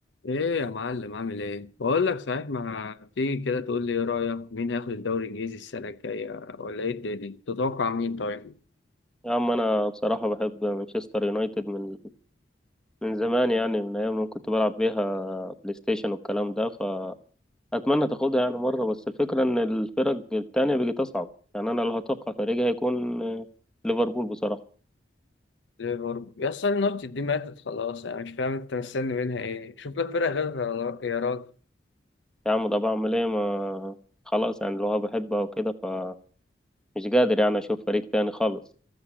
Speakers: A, on the left; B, in the centre.
A: ايه يا معلم عامل ايه بقول لك صحيح ما تيجي كده تقول لي ايه رايك مين هياخد الدوري الانجليزي السنه الجايه ولا ايه الدنيا تتوقع مين طيب
B: يا عم انا بصراحه بحب مانشستر يونايتد من من زمان يعني من ايام ما كنت بلعب بيها بلاي ستيشن والكلام ده فاتمنى تاخدها يعني مره بس الفكره ان الفرق التانية بقت اصعب يعني انا اللي هتوقع فريقي هيكون آه، ليفربول بصراحه
A: ليفربول يا اصل النوت دي ماتت خلاص انا مش فاهم انت مستني منها ايه شوف لك فرقه غيرها يا راجل
B: يا عم ده بعمل ايه ما خلاص يعني لو بحبها وكده فمش قادر يعني اشوف فريق تاني خالص